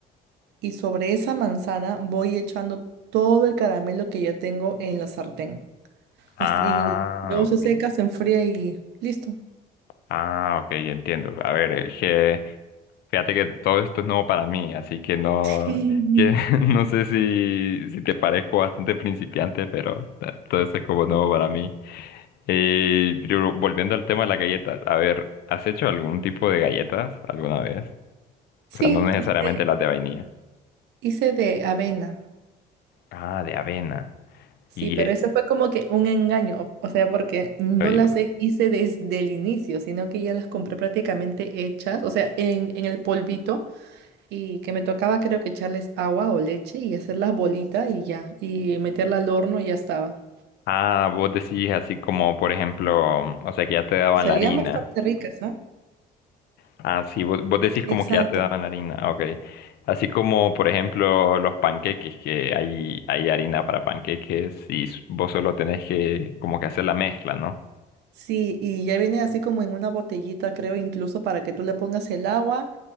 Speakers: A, on the right (about 80°); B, on the left (about 70°).
A: Y sobre esa manzana voy echando todo el caramelo que ya tengo en la sartén.
B: Ah,
A: Hasta- y luego
B: ok.
A: se seca, se enfría y listo.
B: Ah, ok, entiendo. A ver, es que fíjate que todo esto es nuevo para mí, así que no,
A: Sí,
B: que <laughs> no sé si, si te parezco bastante principiante, pero ta- todo esto es como nuevo para mí. Eh, pero volviendo al tema de las galletas, a ver, ¿has hecho algún tipo de galletas alguna vez?
A: Sí,
B: O sea, no necesariamente
A: hice,
B: las de vainilla.
A: hice de avena.
B: Ah, de avena.
A: Sí,
B: Y,
A: pero
B: eh,
A: eso fue como que un engaño, o o sea, porque no
B: oye,
A: las he- hice desde el inicio, sino que ya las compré prácticamente hechas, o sea, en, en el polvito y que me tocaba creo que echarles agua o leche y hacer las bolitas y ya, y meterla al horno y ya estaba.
B: ah, vos decís así como, por ejemplo, o sea, que ya te daban
A: Y salían
B: la harina.
A: bastante ricas, ¿no?
B: Ah, sí, vos, vos decís como
A: Exacto.
B: que ya te daban la harina, ah, ok. Así como, por ejemplo, los panqueques, que hay, hay harina para panqueques y s- vos solo tenés que como que hacer la mezcla, ¿no?
A: Sí, y ya viene así como en una botellita, creo, incluso para que tú le pongas el agua,